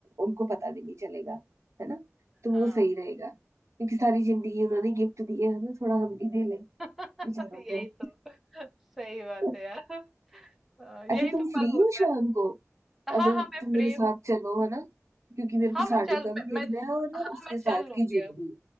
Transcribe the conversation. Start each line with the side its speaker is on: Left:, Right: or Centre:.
Right: उनको पता भी नहीं चलेगा है ना तो
Centre: हाँ
Right: वो सही रहेगा क्योंकि सारी जिंदगी उन्होंने गिफ्ट दिए है ना थोड़ा हम भी दे लें
Centre: <laughs>
Right: बेचारों
Centre: यही
Right: को
Centre: तो सही बात
Right: <laughs>
Centre: है यार हाँ, यही
Right: अच्छा तुम
Centre: तो
Right: फ्री
Centre: पल होता
Right: हो शाम
Centre: है
Right: को
Centre: हाँ
Right: अगर
Centre: हाँ मैं
Right: तुम
Centre: फ्री
Right: मेरे साथ
Centre: हूँ
Right: चलो है ना क्योंकि मेरे
Centre: हाँ
Right: को
Centre: मैं
Right: साड़ी
Centre: चल
Right: का
Centre: मैं,
Right: भी देखना
Centre: मैं
Right: है और
Centre: हाँ
Right: उसके
Centre: मैं चल
Right: साथ
Centre: लूंगी
Right: की ज्वेलरी
Centre: अब